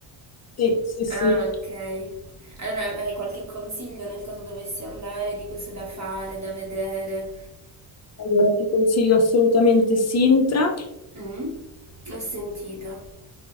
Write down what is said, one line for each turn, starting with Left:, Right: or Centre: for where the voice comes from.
Left: Sì, sì, sì.
Right: Ah, ok. Allora hai qualche consiglio nel caso dovessi andare, di cose da fare, da vedere?
Left: Allora ti consiglio assolutamente Sintra,
Right: Mm? Ho sentito.